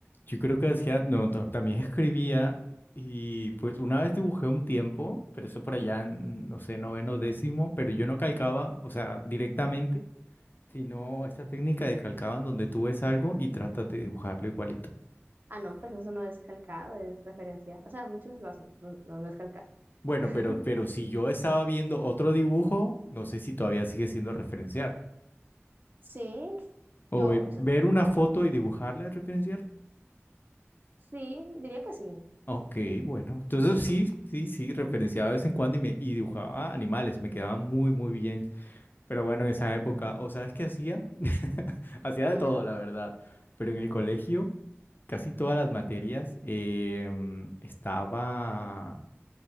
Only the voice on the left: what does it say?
yo creo que hacía, no, no, también escribía y pues una vez dibujé un tiempo, pero eso por allá en, no sé, noveno, décimo, pero yo no calcaba, o sea, directamente, sino esta técnica de calcaba en donde tú ves algo y tratas de dibujarlo igualito.
Bueno,
pero, pero si yo estaba viendo otro dibujo, no sé si todavía sigue siendo referenciar.
O
ve-
ver una foto y dibujarla y referenciar.
Ok,
bueno. Entonces sí, sí, sí, referenciaba de vez en cuando y, me, y dibujaba animales. Me quedaba muy, muy bien. Pero bueno, en esa época, ¿o sabes qué hacía? <laughs> Hacía
de todo, la verdad. Pero en el colegio, casi todas las materias em, estaba